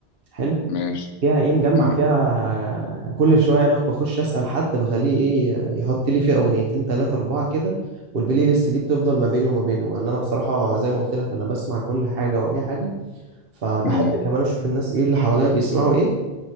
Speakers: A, on the right; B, on the left.
A: حلو
B: ماشي
A: فيها ايه مجمع
B: امم
A: فيها كل شويه انا بخش اسال حد بخليه ايه يحط لي فيها اغنيتين ثلاثه اربعه كده والبلاي ليست دي بتفضل ما بيني وما بينه لان انا بصراحه زي ما قلت لك انا بسمع كل حاجه واي حاجه فبحب
B: امم
A: كمان اشوف الناس ايه اللي حواليا بيسمعوا ايه